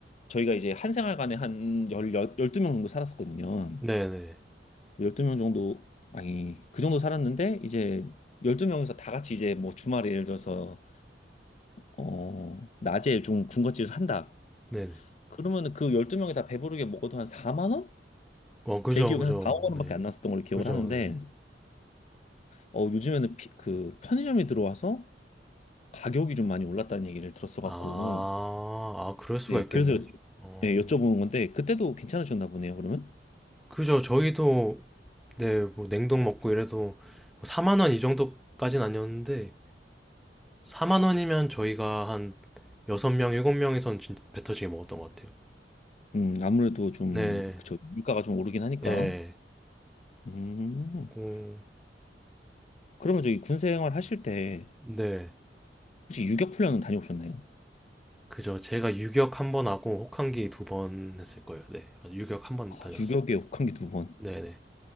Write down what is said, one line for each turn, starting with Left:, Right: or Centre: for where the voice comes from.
Left: 저희가 이제 한 생활관에 한 열, 열, 12명 정도 살았었거든요.
Centre: 네, 네. 네,
Left: 열두 명 정도, 아니, 그 정도 살았는데 이제 12명에서 다 같이 이제 뭐 주말에 예를 들어서 어, 낮에 좀 군것질을 한다.
Centre: 네.
Left: 그러면은 그 12명이 다 배부르게 먹어도 한 4만 원?
Centre: 어, 그죠,
Left: 제 기억에
Centre: 그죠.
Left: 한 4, 5만 원밖에
Centre: 네.
Left: 안 났었던 걸로 기억을
Centre: 그죠,
Left: 하는데
Centre: 네.
Left: 어, 요즘에는 피- 그 편의점이 들어와서 가격이 좀 많이 올랐다는 얘기를 들었어
Centre: 아,
Left: 갖고
Centre: 아, 그럴 수가
Left: 네,
Centre: 있겠네요.
Left: 그래서
Centre: 어,
Left: 네, 여쭤보는 건데 그때도 괜찮으셨나 보네요, 그러면?
Centre: 그죠. 저희도, 네, 뭐, 냉동 먹고 이래도, 뭐, 4만 원 이 정도까진 아니었는데, 4만 원이면 저희가 한 6명, 7명이선 진짜 배 터지게 먹었던 것 같아요.
Left: 음, 아무래도 좀
Centre: 네.
Left: 저 물가가 좀 오르긴 하니까.
Centre: 예.
Left: 음.
Centre: 음,
Left: 그러면 저기 군 생활 하실 때
Centre: 네.
Left: 혹시 유격 훈련은 다녀오셨나요?
Centre: 그죠. 제가 유격 한번 하고 혹한기 두 번 했을 거예요. 네. 맞아요. 유격 한번
Left: 아,
Centre: 다녀왔어요.
Left: 유격에 혹한 게 두 번.
Centre: 네네.